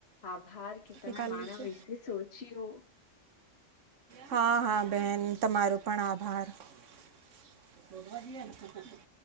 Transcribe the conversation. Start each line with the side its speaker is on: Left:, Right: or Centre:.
Left: આભાર કે તમે
Right: નિકાલ
Left: મારા
Right: લીજે
Left: વીસ સોચીયુ
Right: હા હા બેહેન તમારો પણ આભાર. <unintelligible>